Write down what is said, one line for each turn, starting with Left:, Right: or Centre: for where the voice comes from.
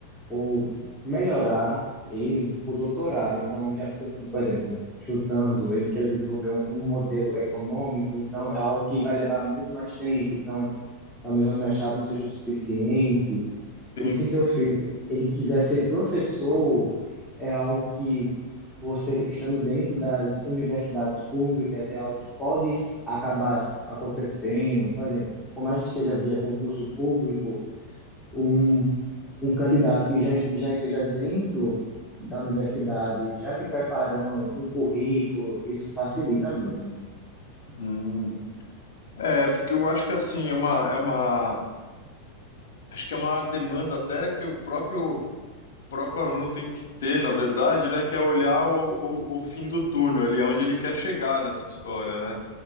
Centre: ou melhorar ele para o doutorado. Então, já que seu filho, por exemplo, chutando, ele quer desenvolver um, um modelo econômico, então é algo que vai levar muito mais tempo. Então, talvez o mestrado não seja o suficiente.
Left: Tem.
Centre: E se seu filho ele quiser ser professor, é algo que você estando dentro das universidades públicas é algo que pode se- acabar acontecendo. Por exemplo, por mais que seja via concurso público, um, um candidato que já, este- já esteja dentro da universidade, já se preparando, um currículo, isso facilita muito.
Left: Hum. É, porque eu acho que, assim, é uma, é uma... Acho que é uma demanda até que o próprio próprio aluno tem que ter, na verdade, né, que é olhar o, o, o fim do túnel, ali é onde ele quer chegar nessa história, né?